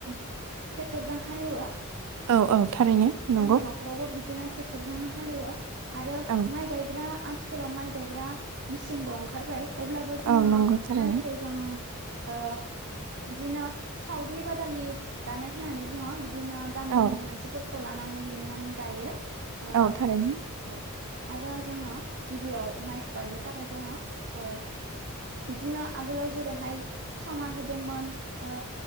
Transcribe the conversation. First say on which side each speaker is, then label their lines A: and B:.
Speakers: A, on the right; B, on the right.
A: ट्रेक्टरजों हालेवो
B: औ औ थारैनो नंगौ
A: जोंनि न'खरावबो बिदिनो ट्रेक्टरजोंनो हालेवो आरो
B: औ
A: माइ गायग्रा आथिखालाव माइ गायग्रा मेचिनबो ओंखारबाय अब्लाबो जोङो
B: औ नंगौ थारैनो
A: माइखौ जों ओ बिदिनो सावदि बादालि जानाय होननानै बुङो बिदि दिनो गामिनि
B: औ
A: मानसिफोरखौ लानानै लिंनानै गायो ओ
B: औ थारैनो
A: औ आरो जोङो गिबियाव माइखौ गायनो थाखाय जोङो ओ बिदिनो आगोलाव जेरैहाय सामार होदोंमोन ओ